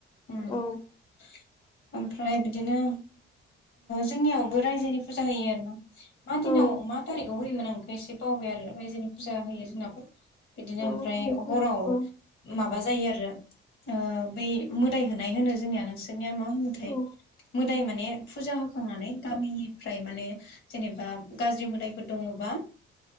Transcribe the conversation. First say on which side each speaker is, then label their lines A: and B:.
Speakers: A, on the left; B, on the left.
A: ओमफ्राय
B: औ
A: बिदिनो जोंनियावबो रायजोनि फुजा होयो आरोना मा दिनाव
B: औ
A: मा थारिखाव होयोमोन आं बेखौ एसे बावबाय आरो ओफ्राय जोंनि फुजा होयो जोंनाबो बिदिनो
B: औ
A: ओमफ्राय
B: बेखौ
A: हराव माबा
B: औ
A: माबा जायो आरो ओ बै मोदाइ होनाय होनो जोंनिया नोंसि माने मा होनोथाय
B: औ
A: मोदाइ माने फुजा होखांनानै गामिनिफ्राय माने जेने बा गाज्रि मोदायफोर दङबा